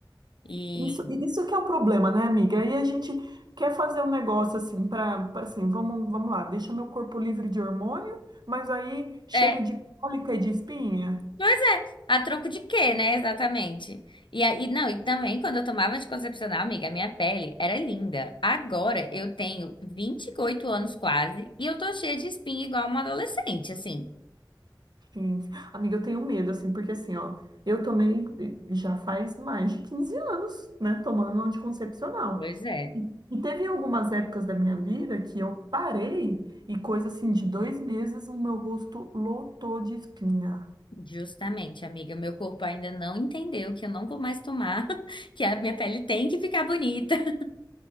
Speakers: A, on the left; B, on the right.
A: E
B: Isso, isso que é o problema, né, amiga? Aí a gente quer fazer um negócio assim para, assim, vamos, vamos lá, deixa meu corpo livre de hormônio, mas aí cheio
A: é,
B: de cólica e de espinha.
A: pois é, a troco de quê, né? Exatamente. E aí, não, e também quando eu tomava anticoncepcional, amiga, a minha pele era linda. Agora eu tenho 28 anos quase e eu tô cheia de espinha igual uma adolescente, assim.
B: Sim. Amiga, eu tenho medo, assim, porque assim, ó, eu tomei já faz mais de 15 anos, né, tomando anticoncepcional.
A: Pois é.
B: E e teve algumas épocas da minha vida que eu parei e coisa assim de dois meses o meu rosto lotou de espinha.
A: Justamente, amiga, meu corpo ainda não entendeu que eu não vou mais tomar, <laughs> que a minha pele tem que ficar bonita. <laughs>